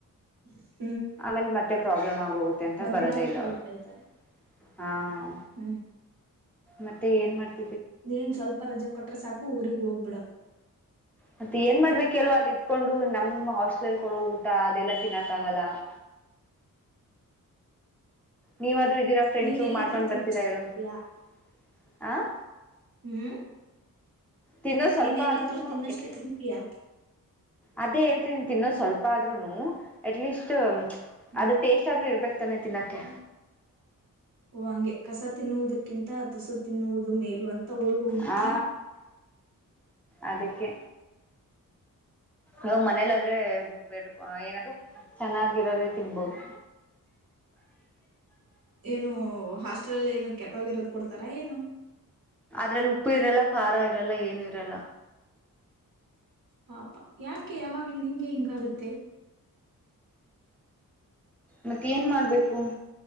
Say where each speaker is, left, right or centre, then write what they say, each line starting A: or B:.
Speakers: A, on the right; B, in the centre.
A: <unintelligible> <inaudible>
B: ಆಮೇಲೆ ಮತ್ತೆ? <inaudible> ಪ್ರಾಬ್ಲಮ್, ಅ.. <inaudible> ಹೋಗುತ್ತೆ ಅಂತ
A: ಬಂದಿಲ್ಲ
B: ಬರೋದೇ
A: ಅಂದ್ರೆ
B: ಇಲ್ಲ
A: ಅವ್ರು
B: ಅವಳು..
A: ಬೈತಾರೆ
B: <inaudible> ಹಾ... <inaudible>
A: ಹ್ಮ್.... <inaudible>
B: ಮತ್ತೆ, ಏನ್ ಮಾಡ್ತ. <inaudible>
A: ನೀನ್, ಸ್ವಲ್ಪ ರಜೆ ಕೊಟ್ರೆ! ಸಾಕು ಊರಿಗೆ ಹೋಗ್ಬಿಡದು! <inaudible>
B: ಮತ್ತೆ ಏನ್ ಮಾಡಬೇಕು, ಹೇಳು ಅಲ್ಲಿ ಇಧಿಕೊಂಡು, ನಮ್ಮ್ ಹಾಸ್ಟೆಲ್ಲ್ ಕೊಡೋ ಊಟ ಅದೆಲ್ಲ ತಿನ್ನಕ್ ಆಗಲ್ಲ! <inaudible> ನೀವು, ಆದ್ರೂ. <inaudible> ಇದೀರಾ, ಫ್ರೆಂಡ್ಸು
A: ನೀನ್ ಎಲ್ಲಿದ್ರು
B: ಮಾಡ್ಕೊಂಡ್
A: ತಿನ್ನಷ್ಟೇ
B: ಬರ್ತೀರಾ ಹೇಳು?
A: ತಿಂತೀಯಾ
B: <inaudible> ಆ... <inaudible>
A: ಹ್ಮ್... <inaudible>
B: ತಿನ್ನೋ ಸ್ವಲ್ಪ!
A: ನೀನ್ ಎಲ್ಲಿದ್ರು
B: ಆಧಾರನೂ,
A: ತಿನ್ನಷ್ಟೇ
B: ಎಟ್ಲಿ.
A: ತಿಂತೀಯಾ
B: <inaudible> ಅದೇ, ಹೇಳ್ತಿದಿನೀ, ತಿನ್ನೋ, ಸ್ವಲ್ಪ ಆದ್ರುನು ಅಟ್ಲೀಸ್ಟ್? <inaudible>
A: ಹ್ಮ್
B: ಅದ ಟೇಸ್ಟ್ ಆದ್ರೂ ಇರ್ಬೇಕು ತಾನೆ ತಿನ್ನಕೆ
A: ಓ ಹಂಗೆ ಕಸ ತಿನ್ನುವುದಕ್ಕಿಂತ ತುಸು ತಿನ್ನುವುದು ಮೇಲ ಅಂತ ಊರ್ಗ್ ಹೋಗ್ಬಿಟ್ಟಯ
B: ಹಾ ಅದಕ್ಕೆ ನವು ಮನೇಲಾದ್ರೆ ಬೇಡ್ ಏನಾದ್ ಚೆನ್ನಾಗಿರೋದೆೇ ತಿನ್ಬೋದು
A: ಏನು ಹಾಸ್ಟೆಲ್ ಅಲ್ಲಿ ಏನು ಕೆಟ್ಟೋಗಿರೋದು ಕೊಡ್ತಾರ ಏನು
B: ಅದ್ರಲ್ಲಿ ಉಪ್ಪು ಇರಲ್ಲ ಖಾರ ಇರಲ್ಲ ಏನು ಇರಲ್ಲ
A: ಪಾಪಾ ಯಾಕೆ ಯಾವಾಗ್ಲೂ ನಿಂಗೆ ಹಿಂಗಾಗುತ್ತೆ
B: ಮತ್ತೆ ಏನ್ ಮಾಡ್ಬೇಕು